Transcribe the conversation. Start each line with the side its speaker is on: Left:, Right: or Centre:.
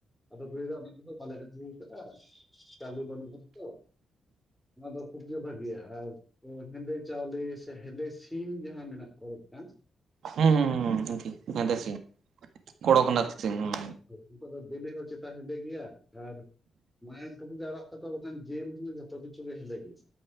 Centre: ᱟᱫᱚ ᱠᱚ ᱞᱟᱹᱭᱮᱫᱟ ᱚᱱᱟ ᱠᱚᱫᱚ ᱵᱟᱞᱮ ᱟᱹᱜᱩ ᱟᱠᱟᱜᱼᱟ᱾ ᱪᱟᱞᱩ ᱵᱟᱱᱩᱜ-ᱟ ᱛᱚ, ᱚᱱᱟ ᱫᱚ ᱠᱷᱩᱵᱜ ᱜᱮ ᱵᱷᱟᱹᱜᱤᱭᱟ ᱟᱨ ᱦᱮᱸᱫᱮ ᱪᱟᱣᱞᱮ ᱥᱮ ᱦᱮᱸᱫᱮ ᱥᱤᱢ ᱡᱟᱸᱦᱟᱸ ᱢᱮᱱᱟᱜ ᱠᱚᱣᱟ ᱢᱤᱫᱴᱟᱝ,
Right: ᱦᱩᱸ ᱦᱩᱸ ᱦᱮᱸᱫᱮ ᱥᱤᱢ ᱠᱚᱲᱚᱠᱱᱟᱛᱷ ᱥᱤᱢ ᱦᱩᱸ᱾
Centre: ᱩᱱᱠᱩᱭᱟᱜ ᱫᱚ ᱵᱮᱞᱮ ᱦᱚᱸ ᱪᱮᱛᱟᱱ ᱦᱮᱸᱫᱮ ᱜᱮᱭᱟ ᱟᱨ ᱢᱟᱭᱟᱝ ᱴᱩᱠᱩ ᱜᱮ ᱟᱨᱟᱜ ᱛᱟᱠᱚᱭᱟ ᱡᱮᱞ ᱦᱚᱸ ᱡᱷᱚᱛᱚ ᱠᱤᱪᱷᱩ ᱜᱮ ᱦᱮᱸᱫᱮ ᱜᱮᱭᱟ᱾